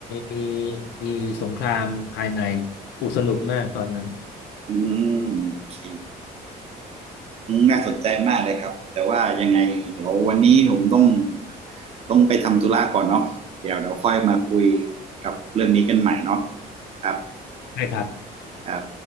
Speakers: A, on the left; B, on the right.
A: มีมีสงครามภายในอุกสนุกมากตอนนั้น
B: โอเคน่าสนใจมากเลยครับแต่ว่ายังไงเดี๋ยววันนี้ผมต้องต้องไปทำธุระก่อนเนาะเดี๋ยวเดี๋ยวค่อยมาคุยกับเรื่องนี้กันใหม่เนาะครับ
A: ใช่ครับ
B: ครับ